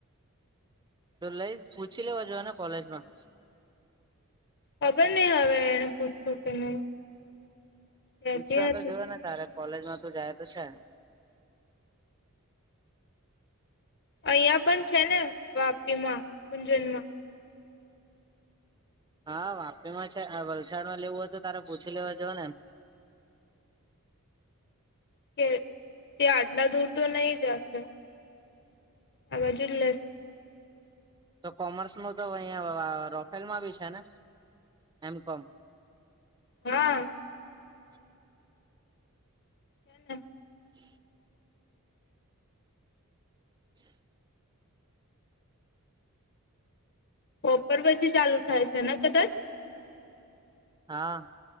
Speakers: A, on the right (about 20°); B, on the left (about 50°).
A: તો લઇશ પૂછી લેવા જોને કોલેજ માં
B: ખબર નય હવે એને પૂછ્યું કે નહી કેતી
A: પૂછવાતો
B: હતી
A: જવાય ને તારે કોલેજ માં તો જાય તો છે.
B: આયા પણ છે ને વાપી માં ગુંજન માં
A: હા વાપી માં છે વલસાડમાં લેવું હોય તો તારે પૂછી લેવા જવ ને એમ
B: કે તે આટલા દૂર તો નય જશે આ બાજુ જ લે
A: તો કોમર્સનું તો અહિયાં રોફેલમાં બી છે ને એમ કોમ
B: હા
A: <inaudible>
B: છેને
A: <inaudible> <inaudible>
B: બપોર પછી ચાલુ થાય છે ને કદાચ
A: હા